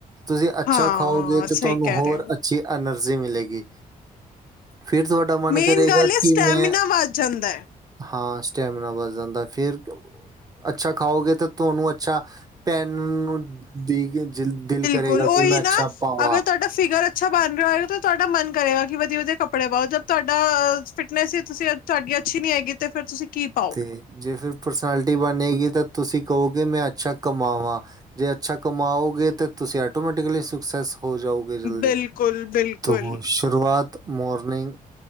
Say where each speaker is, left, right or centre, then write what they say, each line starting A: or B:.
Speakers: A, on the right; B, on the left.
A: ਤੁਸੀਂ ਅੱਛਾ
B: ਹਾਂ
A: ਖਾਓਗੇ ਤੇ
B: ਸਹੀ
A: ਤੁਹਾਨੂੰ
B: ਕਹਿ
A: ਹੋਰ
B: ਰਹੇ ਹੋ
A: ਅੱਛੀ ਐਨਰਜੀ ਮਿਲੇਗੀ। ਫਿਰ ਤੁਹਾਡਾ ਮਨ
B: ਮੇਨ
A: ਕਰੇਗਾ
B: ਗੱਲ ਹੈ
A: ਕਿ
B: ਸਟੈਮਿਨਾ
A: ਮੈਂ
B: ਵੱਧ ਜਾਂਦਾ ਹੈ
A: ਹਾਂ ਸਟੈਮੀਨਾ ਵੱਧ ਜਾਂਦਾ ਫਿਰ ਅੱਛਾ ਖਾਓਗੇ ਤੇ ਤੁਹਾਨੂੰ ਅੱਛਾ ਭੈਣ ਨੂੰ ਦੀ ਕੇ ਜ ਦਿਲ <unintelligible>
B: ਕੋਲ ਉਹੀ
A: ਮੈਂ ਅੱਛਾ
B: ਨਾ
A: ਪਾਵਾਂ
B: ਅਗਰ ਤੁਹਾਡਾ ਫਿਗਰ ਅੱਛਾ ਬਨ ਤੁਹਾਡਾ ਮਨ ਕਰੇਗਾ ਕਿ ਵਧੀਆ ਵਧੀਆ ਕੱਪੜੇ ਪਾਓ ਜਦ ਤੁਹਾਡਾ ਫਿਟਨੈਸ ਸੀ ਤੁਸੀਂ ਤੁਹਾਡੀ ਅੱਛੀ ਨੀ ਹੈਗੀ ਤੇ ਫੇਰ ਤੁਸੀਂ ਕੀ ਪਾਓਗੇ।
A: ਤੇ ਜੇ ਫੇਰ ਪਰਸਨੈਲਿਟੀ ਬਨੇਗੀ ਤੇ ਤੁਸੀਂ ਕਹੋਗੇ ਮੈਂ ਅੱਛਾ ਕਮਾਵਾਂ। ਜੇ ਅੱਛਾ ਕਮਾਓਗੇ ਤੇ ਤੁਸੀਂ ਆਟੋਮੈਟਿਕਲੀ ਸੁਕਸੈਸ ਹੋ ਜਾਓ। ਜਾਉਗੇ ਜਲਦੀ
B: ਬਿਲਕੁਲ ਬਿਲਕੁਲ
A: <unintelligible> <unintelligible> ਸ਼ੁਰੂਆਤ ਮੋਰਨਿੰਗ